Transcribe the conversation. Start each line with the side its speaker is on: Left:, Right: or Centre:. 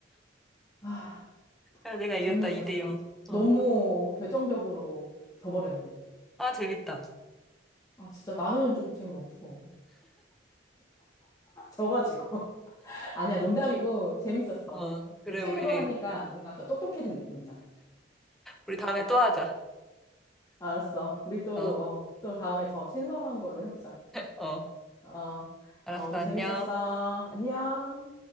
Left: 아,
Centre: 야, 내가 이겼다,
Left: 전내셨어.
Centre: 2대 0. 어.
Left: 너무 결정적으로 져버렸네.
Centre: 아, 재밌다.
Left: 아, 진짜 나는 좀 재미없어. 져가지고. <laughs> 아니야, 농담이고, 재밌었어.
Centre: 어, 그래,
Left: 이 책으로
Centre: 우리,
Left: 하니까 뭔가 더 똑똑해진 느낌이다.
Centre: 우리 다음에 또 하자.
Left: 알았어. 우리 또,
Centre: 어,
Left: 어, 또 다음에 더 신선한 걸로 해보자.
Centre: 어.
Left: 어,
Centre: 알았어,
Left: 어, 오늘
Centre: 안녕.
Left: 재밌었어. 안녕.